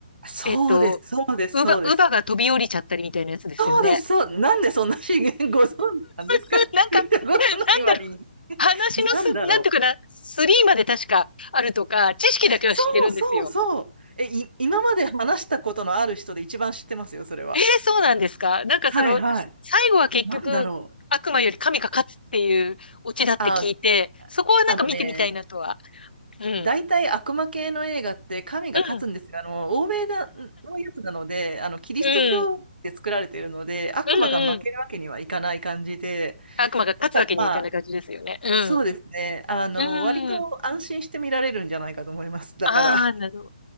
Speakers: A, on the right; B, on the left.
A: そうです、
B: えーっと、
A: そうです、
B: 乳母、
A: そうです。
B: 乳母が飛び降りちゃったりみたいなやつですよね。
A: そうです、そう、なんでそんな資源ご存知なんですか
B: <laughs> なんか、
A: <laughs> 見たことない割に。
B: なんだろう、話のす、
A: なんだろう。
B: なんていうかな、スリーまで確かあるとか、知識だけは知ってるんですよ。
A: そうそうそう。え、い、今まで話したことのある人で一番知ってますよ、それは。
B: えー、そうなんですかなんかその、
A: はいはい。
B: 最後は結局、
A: なんだろう。
B: 悪魔より神が勝つっていうオチだって聞いて、
A: あ、
B: そこはなんか見てみたいなとは。
A: あのね、
B: うん。
A: 大体悪魔系の映画って神が勝つんですが、
B: うん。
A: あの、欧米だのやつなので、あの、キリスト教で作られているので、
B: うん。
A: 悪魔が負けるわけにはいかない感じで、
B: うん。うん。悪魔が勝つわけにはいかない感じですよね。
A: だからまあ、
B: うん。
A: そうですね。あの、
B: うん。
A: 割と安心して見られるんじゃないかと思います。だから、
B: ああ、
A: <laughs>
B: なるほど。